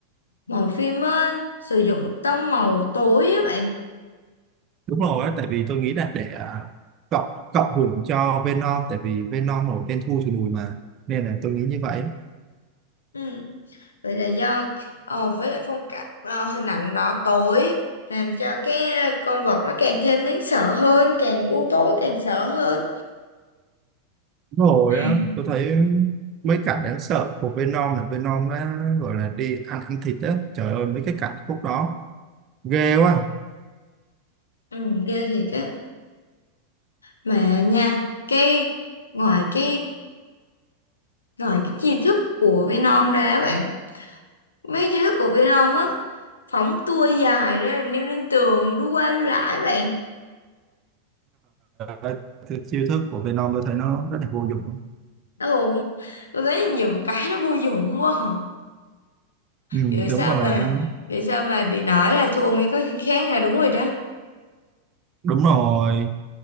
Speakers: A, on the left; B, on the right.
A: màu phim á sử dụng tông màu tối á bạn
B: đúng rồi á tại vì tôi nghĩ là để ờ, cộng cộng hưởng cho Venom tại vì Venom màu đen thui thì lùi mà nên là tôi nghĩ như vậy á.
A: ừ vậy là do ờ, với lại phong cách ờ, hình ảnh đỏ tối làm cho cái con vật nó càng thêm đáng sợ hơn càng u tối càng sợ hơn
B: đúng rồi
A: À,
B: á tôi thấy mấy cảnh đáng sợ của Venom là Venom nó gọi là đi ăn ăn thịt á trời ơi mấy cái cảnh khúc đó ghê quá
A: ừ ghê thiệt á mà nha cái ngoài cái ngoài cái chi thức của Venom ra á bạn mấy chi thức của Venom á phóng tua dài ra rồi leo lên tường đu qua đu lại bạn
B: Đấy, thì chiêu thức của Venom tôi thấy nó rất là vô dụng luôn.
A: ồ tôi thấy nhiều cái nó vô dụng quá à.
B: ừ,
A: vậy
B: đúng
A: sao
B: rồi
A: mà
B: á.
A: vậy sao mà bị nói là thua mấy con khác là đúng rồi đó
B: đúng rồi